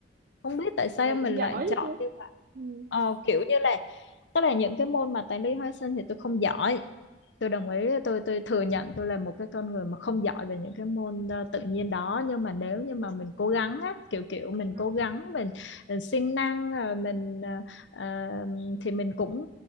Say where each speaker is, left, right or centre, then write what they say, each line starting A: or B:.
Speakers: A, on the left; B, on the right.
A: không biết tại sao
B: vậy là
A: mình
B: cũng giỏi
A: lại chọn
B: chứ
A: như vậy
B: ừ
A: ờ, kiểu như là tức là những cái môn mà toán lý hóa sinh thì tôi không giỏi tôi đồng ý tôi tôi thừa nhận tôi là một cái con người mà không giỏi về những cái môn ờ, tự nhiên đó nhưng mà nếu như mà
B: ừ,
A: mình cố gắng á, kiểu kiểu mình
B: ừ,
A: cố gắng mình, mình siêng năng ờ, mình ờ, ờ, thì mình cũng